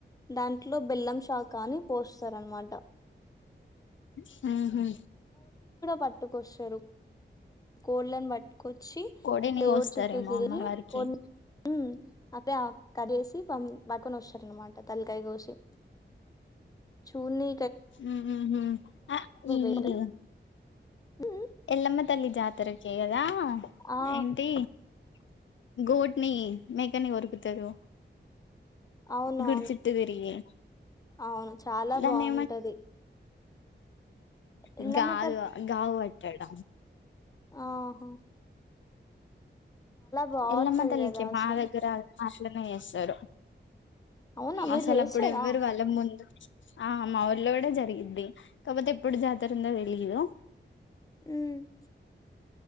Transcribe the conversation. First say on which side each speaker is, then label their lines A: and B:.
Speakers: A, on the left; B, on the left.
A: దాంట్లో బెల్లం షాకాని పోస్తారు అనమాట
B: హ్మ్ హు
A: పట్టుకొషరు కొల్లన్ బట్కోచ్ చ్చి
B: కోడిని
A: దేవుడు
B: కోస్తారేమో
A: చుట్టూ తిరిగి
B: అమ్మవారికి
A: కొన్ ఉ <unintelligible> కడేసి పం పక్కొన వషారన్నమాట తల్కాయగోషి చున్ని
B: ఉ ఉ హు అ ఇ
A: వేరే
B: ఇ
A: ఉమ్,
B: ఎల్లమ్మ తల్లి జాతరకి చేయ రా
A: ఆ
B: ఏంటి గోట్నీ మేకని కొరుకుతారు
A: అవును
B: గుడి చుట్టూ తిరిగి
A: అవును చాలా
B: దాన్ని
A: బాగుంటది. ఎల్లమ్మ
B: ఇంక ఆగు గావు పట్టడం
A: ఆహో బాగుంటది
B: ఎల్లమ్మ తల్లికి
A: కదా
B: మా
A: అసలు
B: దగ్గర అ ఇట్లనే ఎసరూ
A: అవునా మీరు
B: అసలు
A: చేస్తారా
B: అప్పుడు ఎవ్వరు వాళ్ళ ముందు ఆ మా ఊళ్లో కూడా జరిగిద్ది. కాకపోతే, ఎప్పుడు జాతర ఉందో తెలీయదు.
A: హ్మ్